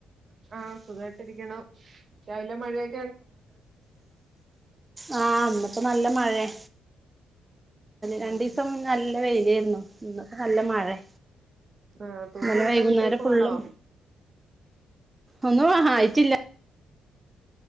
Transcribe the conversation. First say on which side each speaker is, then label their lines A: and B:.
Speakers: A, on the right; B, on the right.
A: യിആ സുഖ രിക്കാണം രാവിലെ മഴയിട്ട്.
B: ആഹ ആന്ന്. ഇപ്പ നല്ല മാഴ്യെ
A: ഉം
B: രണ്ടിസം മുന്നേ നല്ല വെയിലേർന്നു. ഇന്പ്പോ നല്ല മഴ്യെ
A: ആഹ് തുണി
B: ഇന്നലെ
A: ഉണക്കാനിട്ടേക്കുവാണോ
B: വൈകുന്നേരം ഫുള്ളും ഒന്നും ഹ ആയിട്ടില്ല.